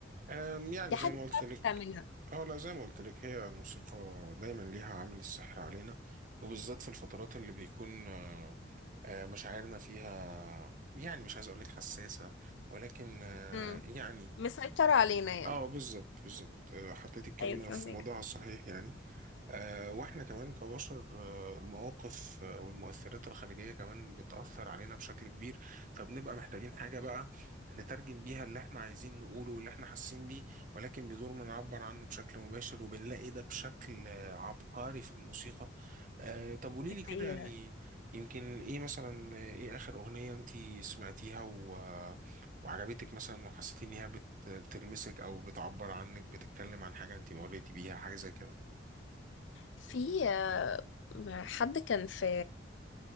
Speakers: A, on the right; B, on the left.
A: أم، يعني
B: دي
A: زي
B: حاجة
A: ما قلت
B: بتعرف
A: لك
B: تعملها
A: اه لا زي ما قلت لك هي الموسيقى دايما ليها عامل السحر علينا وبالذات في الفترات اللي بيكون آه، آه، مشاعرنا فيها يعني مش عايز اقول لك حساسة ولكن آه،
B: مم.
A: يعني
B: مسيطرة علينا يعني
A: اه بالظبط بالظبط آه، حطيت الكلمة
B: ايوه فاهمك
A: في موضوعها الصحيح يعني آه، واحنا كمان كبشر آه، المواقف آه، والمؤثرات الخارجية كمان بتأثر علينا بشكل كبير فبنبقى محتاجين حاجة بقى نترجم بيها اللي احنا عايزين نقوله واللي احنا حاسين بيه ولكن بدون ما نعبر عنه بشكل مباشر وبنلاقي ده بشكل آه، عبقري في الموسيقى آه، طب قولي
B: دي
A: لي كده
B: حقيقة
A: يعني يمكن ايه مثلا آه، ايه آخر أغنية انتي سمعتيها و... آه، وعجبتك مثلا وحسيتي ان هي بت... بتلمسك او بتعبر عنك بتتكلم عن حاجة انتي مريتي بيها حاجة زي كده
B: في آه، حد كان في